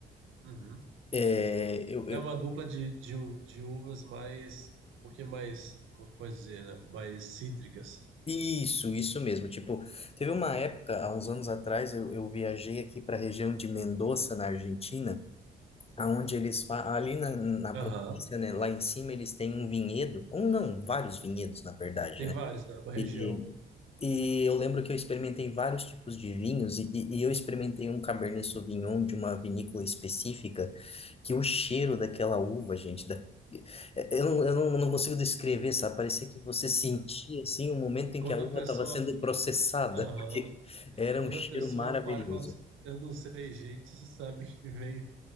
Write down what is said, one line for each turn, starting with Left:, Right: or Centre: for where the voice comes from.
Right: Uhum.
Left: é eu
Right: É uma dupla de, de, u- de uvas mais. Um pouquinho mais. Como que pode dizer, né? Mais cítricas.
Left: Isso, isso mesmo. Tipo, teve uma época, há uns anos atrás, eu, eu viajei aqui para a região de Mendoza, na Argentina, aonde eles, fa- ali na, na
Right: Aham.
Left: província, né, lá em cima, eles têm um vinhedo, um não, vários vinhedos, na verdade,
Right: Tem
Left: né?
Right: vários, né? Uma região.
Left: E, e eu lembro que eu experimentei vários tipos de vinhos, e, e e eu experimentei um Cabernet Sauvignon de uma vinícola específica, que o cheiro daquela uva, gente, da, é- eu, não, eu não não consigo descrever, sabe? Parecia que você sentia, assim, o momento em
Right: Quando
Left: que a uva
Right: a pessoa.
Left: estava sendo processada,
Right: Aham.
Left: <laughs> porque era
Right: quando
Left: um cheiro
Right: a pessoa
Left: maravilhoso.
Right: para e fala assim, eu não sei, gente, você sabe que vem